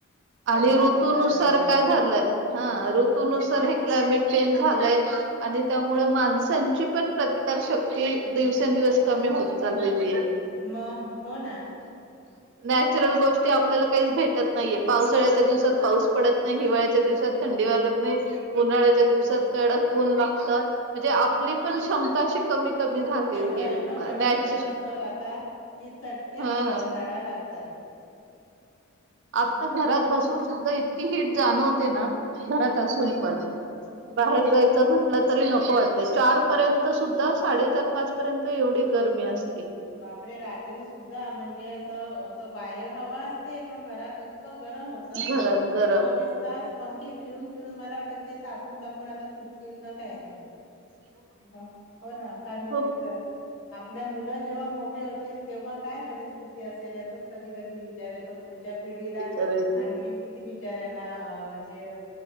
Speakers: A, on the right; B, on the left.
A: आणि
B: सगळं
A: ऋतुनुसार
B: नुकसान केलं
A: काय झालंय? हा ऋतनुसार हे क्लायमेट चेंज झालंय आणि त्यामुळे माणसांची पण प्रतिक कार शक्ती दिवसेंदिवस कमी होत चाललेलीये.
B: म हो ना.
A: नॅचरल गोष्टी आपल्याला काहीच भेटत नाहीयेत. पावसाळ्याच्या दिवसात पाऊस पडत नाही हिवाळ्याच्या दिवसात थंडी वाजत नाही उन्हाळ्याच्या दिवसात कडक ऊन लागत म्हणजे आपली पण क्षमता अशी कमी कमी झालेली
B: एवढं एवढं
A: आहे
B: कडक
A: नॅचर
B: ऊन असतं आता कि चटके
A: हा.
B: बसतात झळा लागतात
A: आता घरात बसून सुद्धा इतकी हिट जाणवते ना घरात असून पण
B: मग
A: बाहेर जायचं म्हंटलं तरी नको वाटत चार पर्यंत सुद्धा साडे चार पाच पर्यंत एवढी गर्मी अस
B: बापरे रात्री सुद्धा म्हणजे असं असं बाहेर हवा असते पण घरात इत क गरम होत
A: घरात गरम
B: ते चोवीस तास पंखे फिरून फि मला वाटत ते तापून तापून आता तुटतील का काय अ हं. ह हो ना फार विचित्र
A: खूप
B: आपल्या मुला जेव्हा मोठे होतील तेव्हा काय परिस्थिती असेल याचचं कधी कधी विच चार येतो पुढच्या पिढीला
A: विचारायच
B: आणखीन किती बिचार्या ना म्हणजे अ